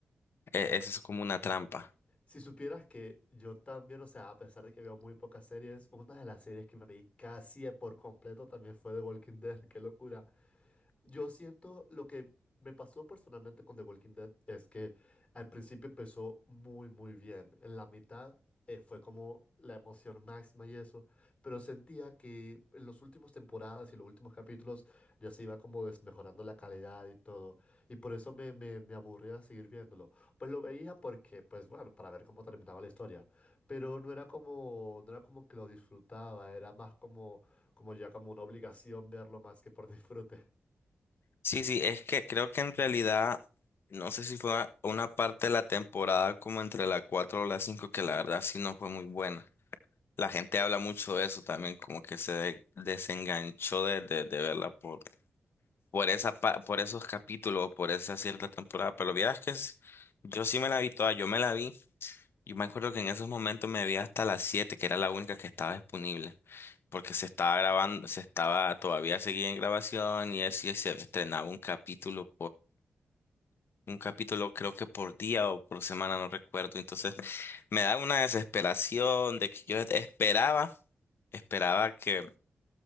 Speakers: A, on the left (about 65°); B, on the left (about 25°).
A: e- eso es como una trampa.
B: si supieras que yo también, o sea, a pesar de que veo muy pocas series, una de las series que me vi casi por completo también fue The Walking Dead, <laughs> qué locura. Yo siento lo que me pasó personalmente con The Walking Dead es que al principio empezó muy, muy bien. En la mitad eh, fue como la emoción máxima y eso, pero sentía que en las últimas temporadas y los últimos capítulos ya se iba como desmejorando la calidad y todo. Y por eso me, me, me aburría seguir viéndolo. Pues lo veía porque, pues bueno, para ver cómo terminaba la historia. Pero no era como, no era como que lo disfrutaba, era más como, como ya como una obligación verlo más que por disfrute.
A: Sí, sí, es que creo que en realidad, no sé si fue una, una parte de la temporada como entre la 4 o la 5 que la verdad sí no fue muy buena. La gente habla mucho de eso también, como que se de- desenganchó de, de, de verla por, por esa, pa- por esos capítulos, por esa cierta temporada. Pero vieras que es- yo sí me la vi toda, yo me la vi. Yo me acuerdo que en esos momentos me vi hasta las siete que era la única que estaba disponible porque se estaba grabando, se estaba, todavía seguía en grabación y así se estrenaba un capítulo un capítulo creo que por día o por semana, no recuerdo. Entonces <laughs> me da una desesperación de que yo esperaba, esperaba que,